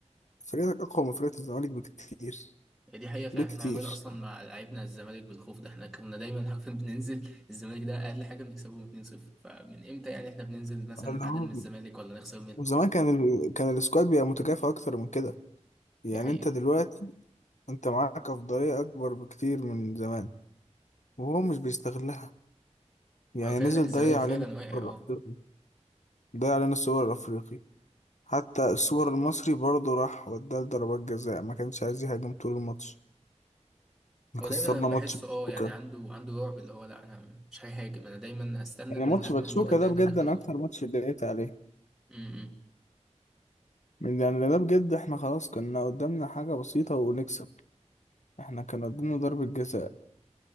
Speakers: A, on the left (about 75°); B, in the centre.
A: فريقك اقوى من فريق الزمالك بكتير
B: هي دي حقيقه فعلا
A: بكتير
B: احنا عمرنا اصلا مع لعيبنا الزمالك بالخوف ده احنا كنا دايما <laughs> عارفين بننزل الزمالك ده اقل حاجه بنكسبهم 2-0 فمن امتى يعني احنا بننزل مثلا
A: اللي
B: نتعادل
A: هو
B: من الزمالك ولا نخسر منه
A: وزمان كان ال... كان السكواد بيبقى متكافئ اكتر من كده يعني
B: دي حقيقه
A: انت دلوقتي انت معاك افضلية اكبر بكتير من زمان وهو مش بيستغلها يعني
B: هو فعلا
A: نزل
B: الزمالك
A: ضيع
B: فعلا
A: علينا
B: واقع
A: السوبر
B: اه
A: الافريقي ضيع علينا السوبر الافريقي حتى السوبر المصري برضه راح وداه لضربات جزاء ما كانش عايز يهاجم طول الماتش إحنا
B: هو
A: خسرنا
B: دايما بحسه
A: ماتش باتشوكا
B: اه يعني عنده عنده رعب اللي هو لا انا مش هيهاجم انا دايما هستنى
A: يعني
B: ان
A: ماتش
B: الهجمه
A: باتشوكا
B: المرتده
A: ده
B: هي
A: بجد
B: اللي تدخل
A: انا
B: جون
A: اكتر ماتش اتضايقت عليه
B: م- م.
A: من يعني ده بجد احنا خلاص كنا قدامنا حاجة بسيطة ونكسب احنا كان قدامنا ضربة جزاء